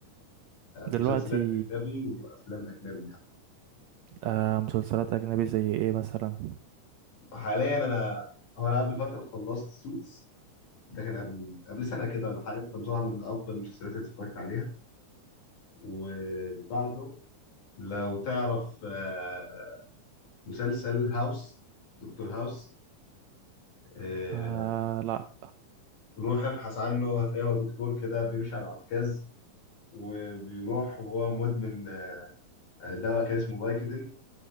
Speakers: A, on the right; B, on the left.
A: دلوقتي
B: مسلسلات أجنبي وأفلام أجنبي يعني.
A: آه مسلسلات اجنبي زي ايه مثلا
B: حاليا انا هو انا قبل فتره خلصت سوتس ده كان قبل قبل سنه كده ولا حاجه كان بصراحه من افضل المسلسلات اللي اتفرجت عليها وبعده لو تعرف آه، مسلسل هاوس دكتور هاوس آه،
A: آه لا
B: روح ابحث عنه هتلاقيه هو دكتور كده بيمشي على عكاز وبيروح وهو مدمن آه، دواء كده اسمه فايكودين